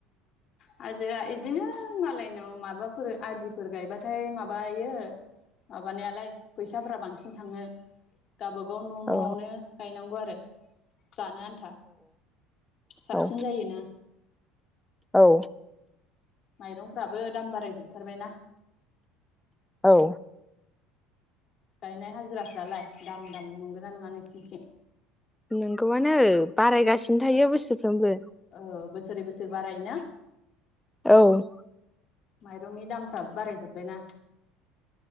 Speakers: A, on the left; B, in the centre.
A: हाजिरा बिदिनो मालायनाव माबाफोर आदिफोर गायबाथाय माबायो माबानायालाय फैसाफोरा बांसिन थाङो गावबागाव न'
B: औ
A: न'आवनो गायनांगौ आरो जानो आन्था साबसिन
B: औ
A: जायोना
B: औ
A: माइरंफ्राबो दाम बारायजोबथारबायना
B: औ
A: गायनाय हाजिराफ्रालाय दाम दाम नंगोना नङा नोंसिनिथिं
B: नंगौआनो बारायगासिनो थायो बोसोरफ्रोमबो
A: और बोसोरै बोसोर बाराय ना
B: औ
A: माइरंनि दामफ्रा बारायजोबबायना